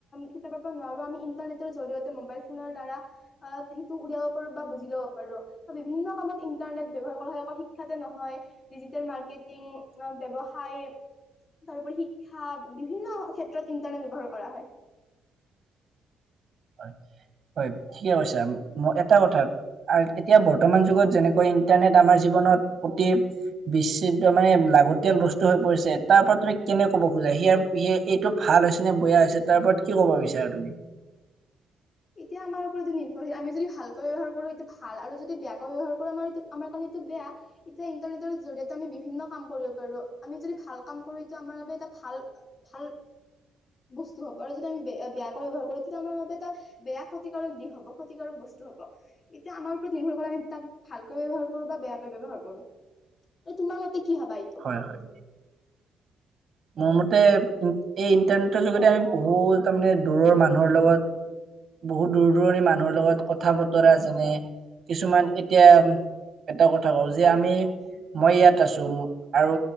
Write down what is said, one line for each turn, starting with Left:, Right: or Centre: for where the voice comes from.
Left: কিতাপৰ পৰা নোৱাৰোঁ, আমি ইন্টাৰনেটৰ জৰিয়তে মবাইল ফোনৰ দ্বাৰা সেইটো উলিয়াব পাৰোঁ বা বুজি লব পাৰোঁ, বা বিভিন্ন কামত ইন্টাৰনেট ব্যয়ৱহাৰ কৰা হয় অকল শিক্ষাতে নহয়। ডিজিটেল মাৰকেটিং ব্যৱসায়। তাৰপৰি শিক্ষা, বিভিন্ন ক্ষেত্ৰত ইন্টাৰনেট ব্যৱহাৰ কৰা হয়।
Right: হয়, হয়, ঠিকে কৈছা। এটা কথা, এতিয়া বৰ্তমান যুগত যেনেকৈ ইণ্টাৰনেট আমাৰ জীৱনত অতি বিচ্ছেদ মানে লাগতিয়াল বস্তু হৈ পৰিছে, তাৰওপৰত তুমি কেনে কব খোজা। স, স, এইটো ভাল হৈছে নে বেয়া হৈছে, তাৰ ওপৰত কি কব বিচাৰা তুমি?
Left: এতিয়া আমাৰ ওপৰতটো নিৰ্ভৰশীল। আমি যদি ভালকৈ ব্যৱহাৰ কৰো এইটো ভাল, আৰু যদি বেয়াকৈ ব্যৱহাৰ কৰোঁ আমাৰটো, আমাৰ কাৰণে এইটো বেয়া। এতিয়া ইন্টাৰনেটৰ জৰিয়তে আমি বিভিন্ন কাম কৰিব পাৰোঁ, আমি যদি ভাল কাম কৰোঁ, এইটো আমাৰ বাবে এটা ভাল, ভাল বস্তু হ'ব আৰু যদি আমিয়া বেয়াকৈ ব্যয়ৱহাৰ কৰোঁ, তেতিয়া আমাৰ বাবে এটা বেয়া ক্ষতিকাৰক দিশ হ'ব, ক্ষতিকাৰক বস্তু হ'ব। এতিয়া আমাৰ ওপৰত নিৰ্ভৰ কৰে, তাক ভালকৈ ব্যৱহাৰ কৰোঁ বা বেয়াকৈ ব্যৱহাৰ কৰোঁ। এই তোমালো কি ভাবা এতিয়া?
Right: হয় হয় মোৰ মতে, এই ইন্টাৰনেটৰ যোগেদি আমি বহুত তাৰমানে দূৰৰ মানুহৰ লগত, বহুত দূৰ দূৰণি মানুহৰ লগত, কথা বতৰা যেনে কিছুমান এতিয়া এটা কথা কওঁ যে আমি, মই ইয়াত আছোঁ আৰু